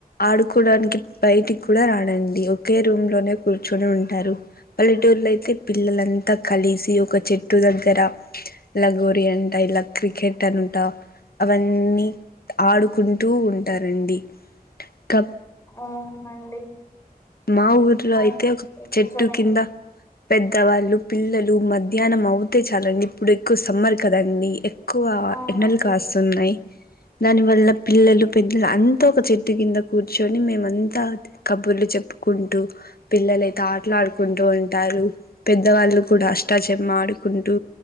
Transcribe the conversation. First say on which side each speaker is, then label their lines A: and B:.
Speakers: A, on the left; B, on the left.
A: ఆడుకోడానికి బయటికి కూడా రారండి ఒకే రూమ్ లోనే కూర్చొని ఉంటారు. పల్లెటూరులో అయితే పిల్లలంతా కలిసి ఒక చెట్టు దగ్గర లగోరీ అంటా ఇలా క్రికెట్ అని ఉంటా అవన్నీ ఆడుకుంటూ ఉంటారండి క
B: అవునండి
A: మా ఊర్లో
B: అవునండి
A: అయితే ఒక
B: నిజమే
A: చెట్టు కింద పెద్దవాళ్ళు, పిల్లలు, మధ్యాహ్నం అయితే చాలండి ఇప్పుడు ఎక్కువ సమ్మర్ కదండి. ఎక్కువ
B: అవునండి
A: ఎండలు కాస్తున్నాయి. దాని వల్ల పిల్లలు, పెద్దలు అంతా ఒక చెట్టు కింద కూర్చొని మేమ అంతా కబుర్లు చెప్పు కుంటూ పిల్లలైతే ఆటలు ఆడుకుంటూ ఉంటారు. పెద్దవాళ్ళు కూడా అష్టాచమ్మా ఆడు కుంటూ